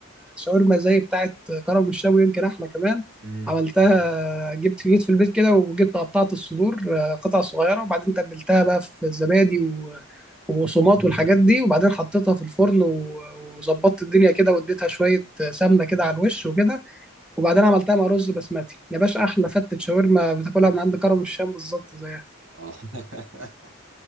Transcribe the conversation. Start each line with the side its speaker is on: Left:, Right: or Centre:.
Centre: شاورما زي بتاعه كرم الشام ويمكن احلى كمان
Right: مم.
Centre: عملتها جبت في جيت في البيت كده وجبت قطعت الصدور آه، قطع صغيره وبعدين تبلتها بقى في الزبادي و- وبقسماط والحاجات دي وبعدين حطيتها في الفرن و- وظبطت الدنيا كده واديتها شويه سمنه كده على الوش وكده وبعدين عملتها مع رز بسمتي يا باشا احلى فتة شاورما بتاكلها من عند كرم الشام بالظبط زيها
Right: اه <laughs>